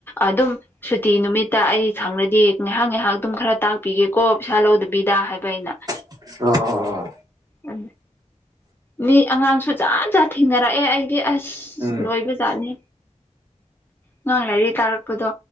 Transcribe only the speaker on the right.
ꯑ ꯑ ꯑ
ꯎꯝ